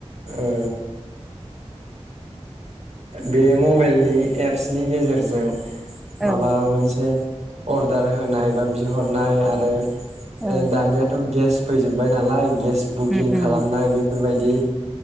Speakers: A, on the right (about 90°); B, in the centre.
A: ओ बे मबाइलनि एप्सनि गेजेरजों
B: औ
A: माबा मोनसे अर्डार होनाय बा बिहरनाय आरो
B: औ
A: दानिया थ' गेस फैजोब्बाय नालाय गेस बुकिं
B: उम
A: खालामनाय
B: उम
A: बेफोरबाय दि